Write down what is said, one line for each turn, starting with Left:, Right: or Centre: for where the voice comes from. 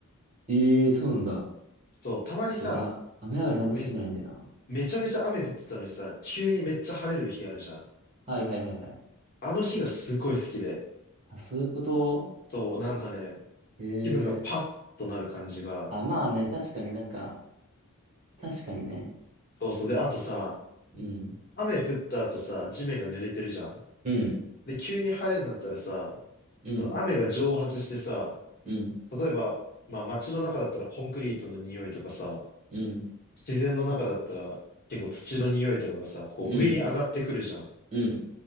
Right: ええー、そうなんだ。
Left: そう、たまにさ、
Right: 僕は雨上がりあんま好きじゃないんだよな。
Left: め、めちゃめちゃ雨降ってたのにさ、急にめっちゃ晴れる日あるじゃん。
Right: はいはいはいはい。
Left: あの日がすごい好きで。
Right: あ、そういうこと
Left: そう、なんかね、
Right: へえ。
Left: 気分がパッとなる感じが。
Right: あ、まあね、確かになんか、確かにね。
Left: そうそう。で、あとさ、
Right: うん。
Left: 雨降った後さ、地面が濡れてるじゃん。
Right: うん。
Left: で、急に晴れになったらさ、
Right: うん。
Left: その雨が蒸発してさ、
Right: うん。
Left: 例えば、まあ街の中だったらコンクリートの匂いとかさ、
Right: うん。
Left: 自然の中だったら結構土の匂いとかがさ、こう上に上がってくるじゃん。
Right: うん。うん。